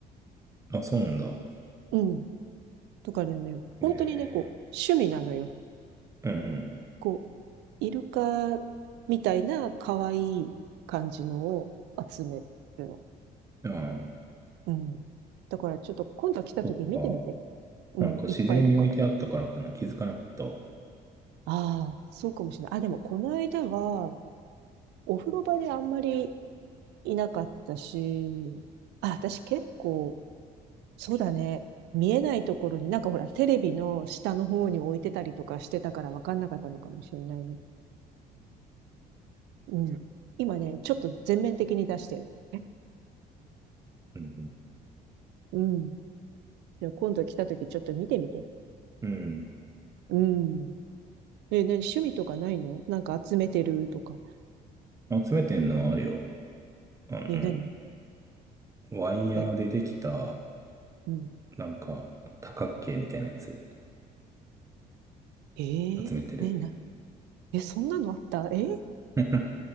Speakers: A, on the right; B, on the right.
A: あ、そうなんだ。
B: うん。とかね、
A: え
B: 本当にね、こう、趣味なのよ。
A: ー、うん
B: こう、イルカみたいな可愛い感じのを集めるの。
A: うん。ああ、
B: うん。だからちょっと今度来た時見てみて。
A: そっか。
B: うん、
A: なんか自然に置いてあったからかな。
B: いっぱいいるから。
A: 気づかなかったわ。
B: ああ、そうかもしれない。あ、でもこの間は、お風呂場であんまりいなかったし、あ、私結構、そうだね。見えないところに、なんかほら、テレビの下の方に置いてたりとかしてたから分かんなかったのかもしれないね。うん。今ね、ちょっと全面的に出してる。え
A: うん
B: うん。じゃあ今度来た時ちょっと見てみて。
A: うん。
B: うん。え、何趣味とかないのなんか集めてるとか。
A: うん。集めてんのはあれよ。あの
B: え、何
A: ワイヤーでできた、
B: え、うん。
A: なんか、多角形みたいなやつ
B: えー、
A: 集めてる。
B: ね、な、え、そんなのあったえー
A: <laughs>